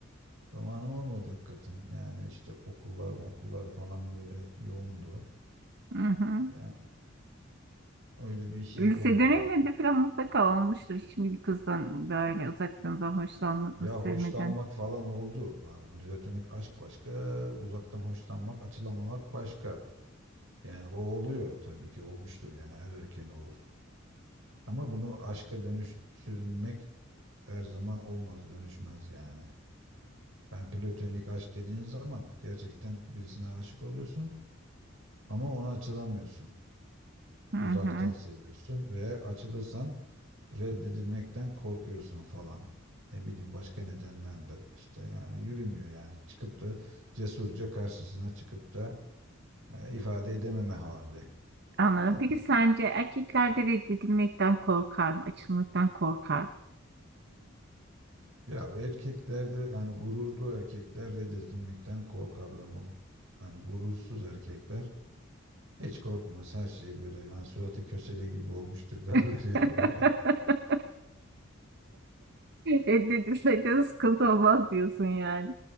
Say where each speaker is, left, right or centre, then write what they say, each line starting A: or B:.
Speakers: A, on the right; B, on the right.
A: Zamanım olmadı hakikaten. Yani işte okullar okullar falan böyle yoğundu.
B: Hı hı.
A: Yani öyle bir şey
B: Lise
A: olmadı
B: dönemlerinde
A: ya.
B: falan mutlaka olmuştur. Hiç mi bir kızdan böyle uzaktan da hoşlanmadın,
A: Ya
B: sevmedin?
A: hoşlanmak falan oldu. Ha, Platonik aşk başka, uzaktan hoşlanmak, açılamamak başka. Yani o oluyor tabii ki olmuştur yani her erkeğin olur. Ama bunu aşka dönüştürmek her zaman olmaz, dönüşmez yani. Ben platonik aşk dediğiniz zaman gerçekten birisine aşık oluyorsun ama ona açılamıyorsun.
B: Hı hı.
A: Uzaktan seviyorsun ve açılırsan reddedilmekten korkuyorsun falan. Ne bileyim başka nedenlerle işte yani yürümüyor yani çıkıp da cesurca karşısına çıkıp da e, ifade edememe hali.
B: Anladım.
A: Ha,
B: Peki sence erkeklerde reddedilmekten korkar mı? Açılmaktan korkar
A: Ya erkekler de yani gururlu erkekler reddedilmekten korkarlar ama yani gurursuz erkekler hiç korkmaz her şey böyle yani suratı kösele gibi olmuştur <laughs> derler
B: mı?
A: ya böyle.
B: <laughs> Reddedilsek de sıkıntı olmaz diyorsun yani.